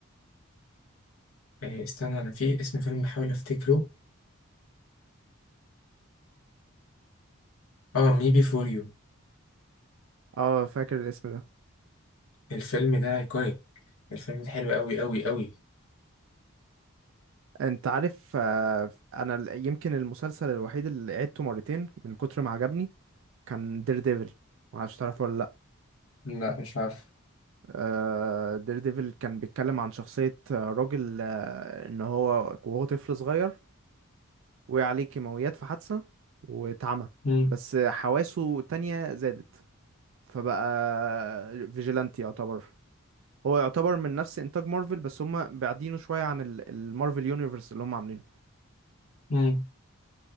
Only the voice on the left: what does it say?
آه، استنى انا في اسم فيلم بحاول افتكره اه مي بي فور يو
الفيلم ده ايكونيك الفيلم ده حلو قوي قوي قوي
لا مش عارف
مم.
مم.